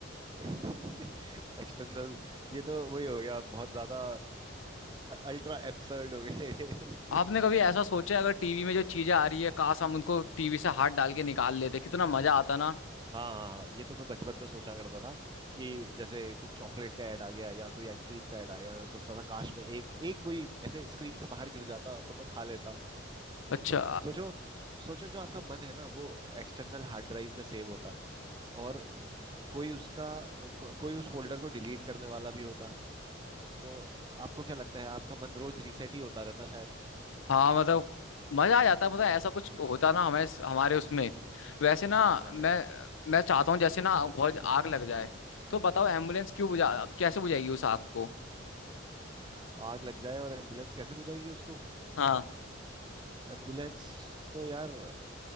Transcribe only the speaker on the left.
आपने कभी ऐसा सोचा है, अगर टीवी में जो चीजें आ रही है काश हम उनको टीवी से हाथ डाल के निकाल लेते कितना मजा आता ना
अच्छा
हाँ मतलब मजा आ जाता है, मतलब ऐसा कुछ होता ना हमें हमारे उसमें वैसे ना
मैं मैं चाहता हूँ जैसे ना बहुत आग लग जाए तो बताओ एम्बुलेंस क्यों बुझा कैसे बुझाएगी उस आग को
हाँ